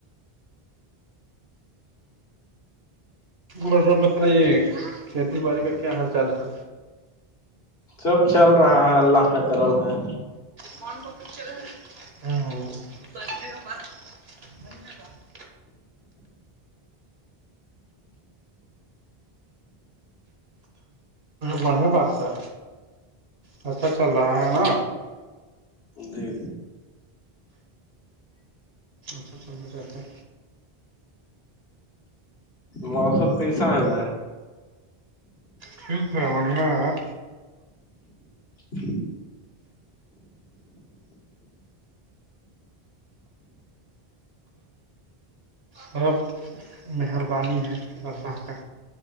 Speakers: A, on the right (about 75°); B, on the left (about 75°).
A: اور سب بتائیے کھیتی باڑی کا کیا حال چال ہے
B: سب چل رہا ہے اللہ کا کرم ہے
A: بون بکی چل ہے ا دھنیہداد بڑھیا بات تھا اھا چل رہا ہے نا
B: جی
A: اچھا چ ہو جتے ہے
B: موسم کیسا ہے رہا ہے
A: شل کرانیا
B: جی
A: سب مہربانی ہے النا کا